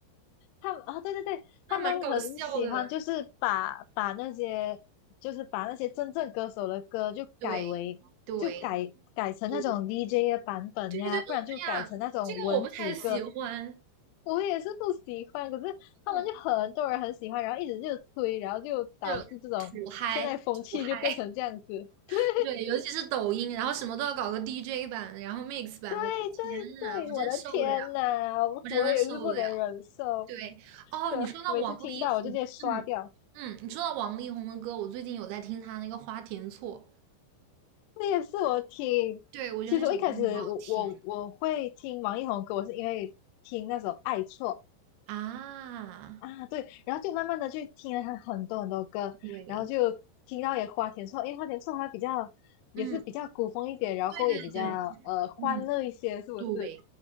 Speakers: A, on the left; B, on the right.
A: 他们啊，对对对，
B: 那蛮搞笑的，
A: 他们很喜欢，就是把把那些，就是把那些真正歌手的歌就改为，
B: 对对
A: 就改改成那种
B: 对
A: DJ 的版本呀，
B: 对对，哎
A: 不然就改成那种文字歌。
B: 呀，这个我不太喜欢，
A: 我也是不喜欢，可是他们就很多人很喜欢，
B: 嗯，
A: 然后一直就推，然后就导致这种现在风气就变成这样子。
B: 就土嗨土嗨，<laughs>
A: <laughs>
B: 对，尤其是抖音，然后什么都要搞个 DJ 版，然后 mix 版，
A: 对对对对，
B: 我的天呐，我真受不了，
A: 我的天呐，
B: 我真的受不了。
A: 我也是不能忍受，
B: 对，
A: <laughs>
B: 哦，
A: 对，
B: 你说到王力宏，
A: 每次听到我就直接刷掉。
B: 嗯嗯，你说到王力宏的歌，我最近有在听他那个《花田错》，
A: 这也是我听。
B: 对，我觉得那首歌很好听
A: 其实我一开始我我我会听王力宏歌，我是因为听那首《爱错》
B: 啊，
A: 啊，对，然后就慢慢的去听了他很多很多歌，
B: 对，
A: 然后就听到也花田错，因为花田错他比较也是比较古风一点，
B: 嗯嗯，
A: 然后歌也比较呃欢乐一些，
B: 对对对。嗯，
A: 是不是？
B: 对，